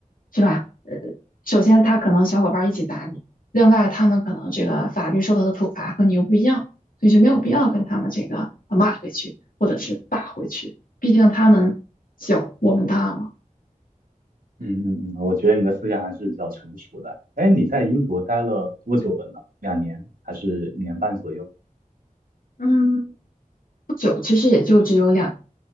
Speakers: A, on the left; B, on the right.
A: 是吧？呃，首先他可能小伙伴儿一起打你，另外他们可能这个法律受到的处罚和你又不一样，所以就没有必要跟他们这个呃骂回去或者是打回去。毕竟他们小，我们大嘛。
B: 嗯嗯嗯，我觉得你的思想还是比较成熟的。哎，你在英国待了多久了呢？两年还是一年半左右？
A: 嗯，不久，其实也就只有两，